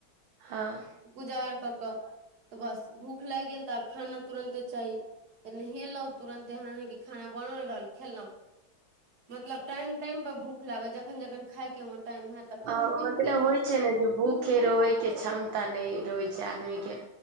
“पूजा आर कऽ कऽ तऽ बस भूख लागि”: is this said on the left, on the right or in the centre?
Right